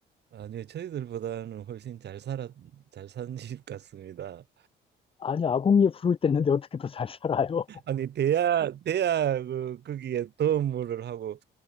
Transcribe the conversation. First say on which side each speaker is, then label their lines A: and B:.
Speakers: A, on the right; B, on the left.
A: 아니요. 저희들보다는 훨씬 잘 살았 잘 산 <laughs> 집 같습니다.
B: 아니, 아궁이에 불을 뗐는데 어떻게 더 잘 살아요? <laughs>
A: 아니 대야 대야 그 거기에 도움을 하고